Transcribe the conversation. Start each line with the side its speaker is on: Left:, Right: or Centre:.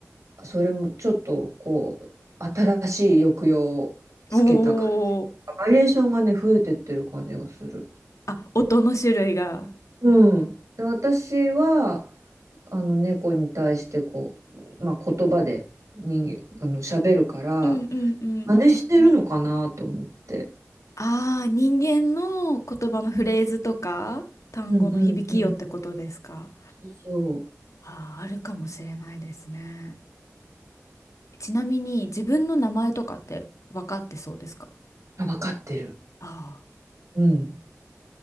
Right: ー、それもちょっと、こう、新しい抑揚をつけた感じ。
Left: おお。
Right: バリエーションがね、増えてってる感じがする。
Left: あ、音の種類が。
Right: うん。で、私は、あの、猫に対して、こう、まあ、言葉で人間、あの、喋るから、
Left: うんうんうん。
Right: 真似してるのかなと思って。
Left: ああ、人間の言葉のフレーズとか単語の響きよってことですか。
Right: うんうんうんうん。そうそう。
Left: ああ、あるかもしれないですね。ちなみに自分の名前とかって分かってそうですか
Right: あ、わかってる。
Left: ああー
Right: うん。